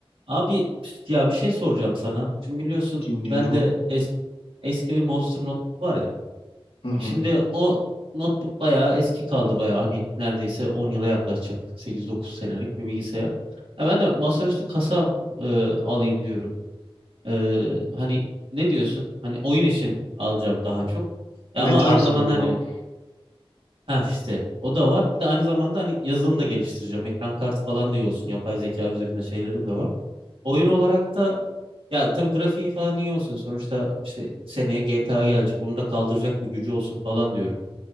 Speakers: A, on the right (about 65°); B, on the left (about 75°).
A: Abi ya bir şey soracağım sana. Şimdi biliyorsun
B: Dinliyorum.
A: ben de es- eski bir Monster notebook var ya.
B: Hı hı.
A: Şimdi o notebook bayağı eski kaldı bayağı hani neredeyse 10 yıla yaklaşacak 8-9 senelik bir bilgisayar. Ya ben de masaüstü kasa e, alayım diyorum. E, hani ne diyorsun? Hani oyun için alacağım daha çok. Ya
B: Ne
A: ama
B: tarz
A: aynı zamanda
B: bir oyun
A: hani
B: ama?
A: ha işte o da var. Bir de aynı zamanda hani yazılım da geliştireceğim. Ekran kartı falan
B: Hı
A: da iyi olsun.
B: hı
A: Yapay zeka üzerinde şeylerim de
B: hı.
A: var. Oyun olarak da ya tabii grafiği falan iyi olsun. Sonuçta işte seneye GTA gelecek. Onu da kaldıracak bir gücü olsun falan diyorum.